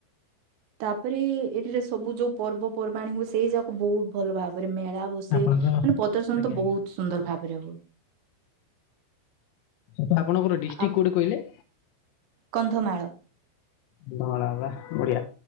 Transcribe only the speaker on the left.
ଆପଣଙ୍କ
ଆଜ୍ଞା
ଆଚ୍ଛା ଆପଣଙ୍କର ଡିଷ୍ଟ୍ରିକ୍
କୋଉଠି କହିଲେ?
କନ୍ଧମାଳ ବା ବଡ଼ିଆ